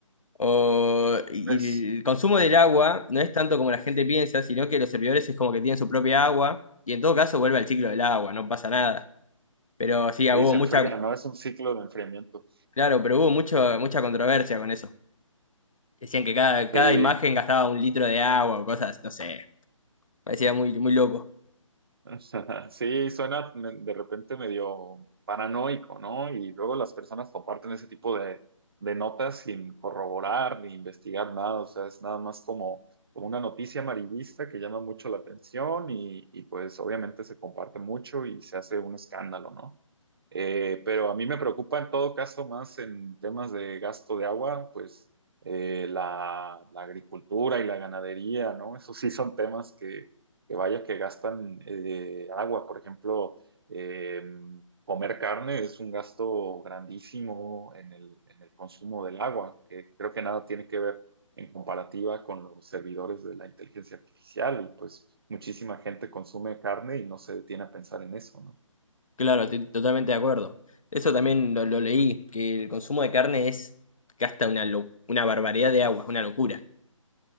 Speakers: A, on the left (about 75°); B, on the right (about 45°).
A: O, y
B: Pues
A: el consumo del agua no es tanto como la gente piensa, sino que los servidores es como que tienen su propia agua y en todo caso vuelve al ciclo del agua, no pasa nada. Pero sí,
B: sí,
A: hubo
B: se
A: mucha,
B: enfría, ¿no? Es un ciclo de enfriamiento.
A: claro, pero hubo mucho, mucha controversia con eso. Decían que cada,
B: Sí,
A: cada imagen gastaba un litro de agua o cosas, no sé, parecía muy, muy loco.
B: <laughs> O sea, Sí, suena me- de repente medio paranoico, ¿no? Y luego las personas comparten ese tipo de, de notas sin corroborar ni investigar nada, o sea, es nada más como, como una noticia amarillista que llama mucho la atención y, y pues obviamente se comparte mucho y se hace un escándalo, ¿no? Eh, pero a mí me preocupa en todo caso más en temas de gasto de agua, pues eh, la, la agricultura y la ganadería, ¿no? Esos sí son temas que, que vaya que gastan eh, agua. Por ejemplo, eh, comer carne es un gasto grandísimo en el, en el consumo del agua, que creo que nada tiene que ver en comparativa con los servidores de la inteligencia artificial. Y pues muchísima gente consume carne y no se detiene a pensar en eso, ¿no?
A: Claro, estoy totalmente de acuerdo. Eso también lo, lo leí, que el consumo de carne es gasta una, lo- una barbaridad de agua, una locura.